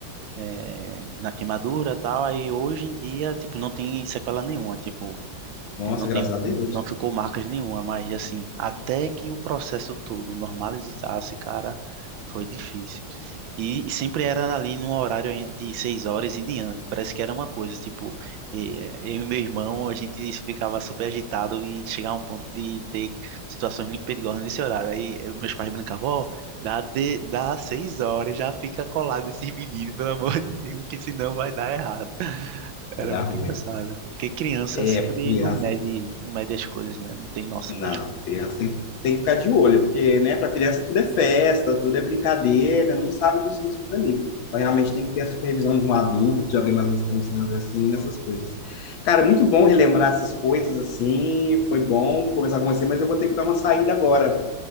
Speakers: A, on the right; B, on the left.
A: eh, na queimadura e tal, aí hoje em dia, tipo, não tem sequela nenhuma, tipo,
B: nossa,
A: ele não tem,
B: graças a Deus.
A: não ficou marcas nenhuma, mas assim, até que o processo todo normalizasse, cara, foi difícil. E, e sempre era ali num horário em- de seis horas em diante. Parece que era uma coisa, tipo, eh, eu e meu irmão, a gente ficava super agitado e chegava a um ponto de ter situações muito perigosas nesse horário. Aí eh, meus pais brincavam, ó, dá, de, dá seis horas, já fica colado esse menino, pelo amor de Deus, que senão vai dar errado.
B: Vai
A: Era
B: dar
A: muito
B: ruim.
A: engraçado. Porque criança
B: É,
A: sempre
B: porque criança
A: não mede, não mede as coisas, né? Não tem noção
B: Não,
A: das coisas.
B: criança tem, que- tem que ficar de olho, porque, né, para criança tudo é festa, tudo é brincadeira, não sabe dos riscos ali. Então, realmente tem que ter a supervisão de um adulto, de alguém mais responsável, assim, nessas coisas. Cara, muito bom relembrar essas coisas, assim, foi bom conversar com você, mas eu vou ter que dar uma saída agora.